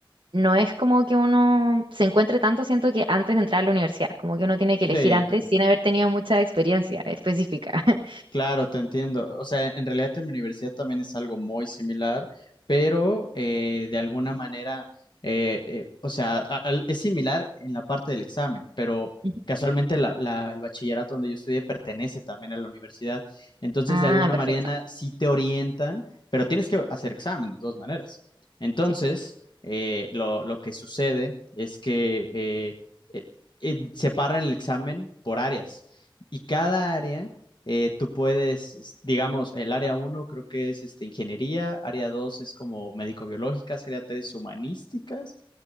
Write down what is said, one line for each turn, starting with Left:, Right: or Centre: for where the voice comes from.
Right: no es como que uno se encuentre tanto, siento que antes de entrar a la universidad, como que uno tiene
Left: Sí,
Right: que elegir antes
Left: te-
Right: sin haber tenido mucha experiencia específica. <laughs>
Left: Claro, te entiendo. O sea, en realidad en mi universidad también es algo muy similar, pero eh, de alguna manera, eh, eh, o sea, a- al- es similar en la parte del examen, pero
Right: Ujú.
Left: casualmente la- la- el bachillerato donde yo estudié pertenece también a la universidad. Entonces,
Right: Ah,
Left: de alguna
Right: perfecto.
Left: manera sí te orientan, pero tienes que hacer examen de todas maneras. Entonces,
Right: Sí.
Left: eh, lo, lo que sucede es que eh, eh, eh, separan el examen por áreas y cada área eh, tú puedes, digamos, el área uno creo que es este, ingeniería, área 2 es como médico-biológicas, área 3 humanísticas